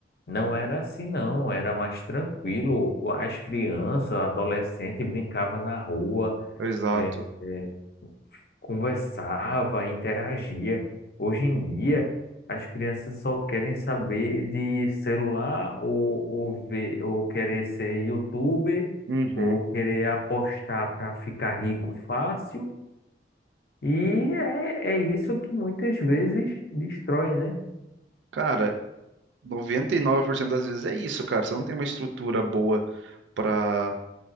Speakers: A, on the left; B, on the right.
A: não era assim, não. Era mais tranquilo. As crianças, adolescentes brincavam na rua.
B: exato.
A: é, é, conversava, interagia. Hoje em dia, as crianças só querem saber de celular ou, ou ver, ou querer ser youtuber,
B: Uhum.
A: ou querer apostar para ficar rico fácil. E é, é isso que muitas vezes destrói, né?
B: Cara, 99% das vezes é isso, cara. Você não tem uma estrutura boa pra